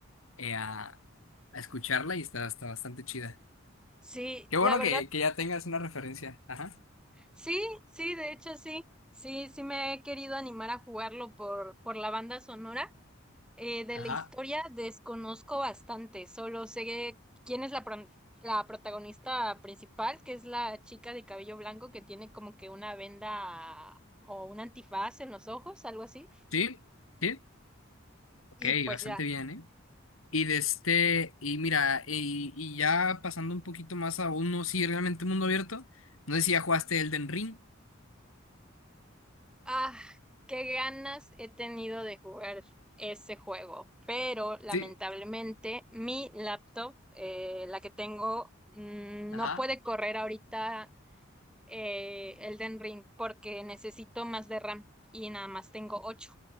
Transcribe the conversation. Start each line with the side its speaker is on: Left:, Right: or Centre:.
Left: eh, a, a escucharla y está, está bastante chida.
Centre: Sí,
Left: Qué
Centre: la
Left: bueno
Centre: verdad,
Left: que, que ya tengas una referencia. Ajá.
Centre: sí, sí, de hecho sí. Sí, sí me he querido animar a jugarlo por, por la banda sonora. Eh, de
Left: Ajá.
Centre: la historia desconozco bastante, solo sé quién es la, pron- la protagonista principal, que es la chica de cabello blanco que tiene como que una venda o un antifaz en los ojos, algo así.
Left: Sí, sí. Ok,
Centre: Y pues
Left: bastante
Centre: ya,
Left: bien, ¿eh? Y de este, y mira, y, y ya pasando un poquito más a uno, sí, realmente mundo abierto. No sé si ya jugaste Elden Ring.
Centre: ah, qué ganas he tenido de jugar ese juego, pero lamentablemente
Left: Sí.
Centre: mi laptop, eh, la que tengo, mm,
Left: Ajá.
Centre: no puede correr ahorita eh, Elden Ring porque necesito más de RAM y nada más tengo ocho